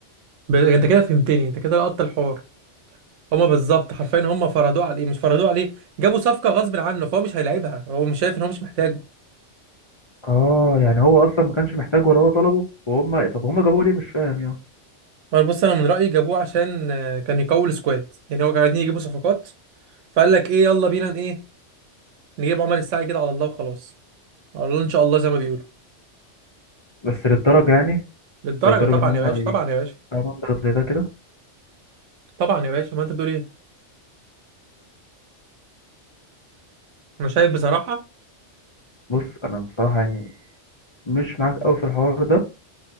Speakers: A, on the right; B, on the left.
A: ب... انت كده فهمتني انت كده لقطت الحوار هما بالظبط حرفيا هما فرضوه عليه مش فرضوه عليه جابوا صفقه غصب عنه فهو مش هيلعبها هو مش شايف ان هو مش محتاجه
B: اه يعني هو اصلا ما كانش محتاجه ولا هو طلبه وهم طب هم جابوه ليه مش فاهم يعني
A: ما بص انا من رايي جابوه عشان آه، كان يقوي السكواد يعني هو كانوا عايزين يجيبوا صفقات فقال لك ايه يلا بينا ايه نجيب عمر الساعي كده على الله وخلاص على الله ان شاء الله زي ما بيقولوا
B: بس للدرجه يعني
A: للدرجه
B: لدرجه
A: طبعا
B: ان هم
A: يا باشا
B: يجيبوا
A: طبعا يا باشا
B: مبلغ زي ده كده
A: طبعا يا باشا ما انت بتقول ايه انا شايف بصراحه
B: بص انا بصراحه يعني مش معاك قوي في الحوار ده